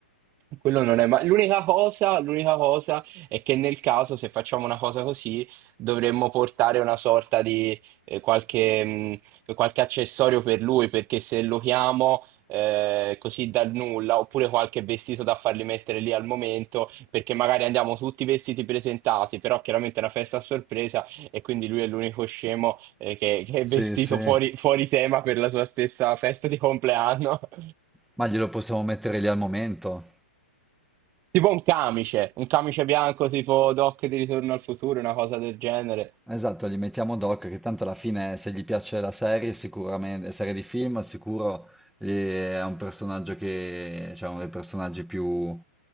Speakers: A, on the right; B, in the centre.
A: quello non è mai... L'unica cosa, l'unica cosa è che nel caso, se facciamo una cosa così, dovremmo portare una sorta di eh, qualche, mh, qualche accessorio per lui, perché se lo chiamo eh, così dal nulla, oppure qualche vestito da farli mettere lì al momento, perché magari andiamo tutti vestiti presentati, però chiaramente è una festa a sorpresa e quindi lui è l'unico scemo eh, che, che è
B: Sì,
A: vestito
B: sì.
A: fuori, fuori tema per la sua stessa festa di compleanno. <laughs>
B: Ma glielo possiamo mettere lì al momento.
A: Tipo un camice, un camice bianco tipo Doc di Ritorno al Futuro, una cosa del genere.
B: Esatto, gli mettiamo Doc, che tanto alla fine se gli piace la serie, sicuramente, serie di film, sicuro eh, è un personaggio che, cioè uno dei personaggi più,